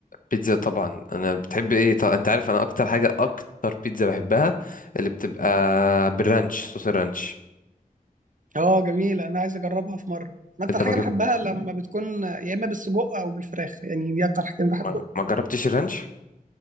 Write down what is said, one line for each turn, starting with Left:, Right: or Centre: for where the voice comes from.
Left: بيتزا طبعا انا بتحب ايه طب انت عارف انا اكتر حاجه اكتر بيتزا بحبها اللي بتبقى بالرانش صوص الرانش
Right: اه جميله انا عايز اجربها في مره أنا اكتر
Left: انت
Right: حاجه
Left: ما جبت
Right: بحبها لما بتكون يا اما بالسجق او بالفراخ يعني دي اكتر حاجتين بحبهم
Left: ما ما جربتش الرانش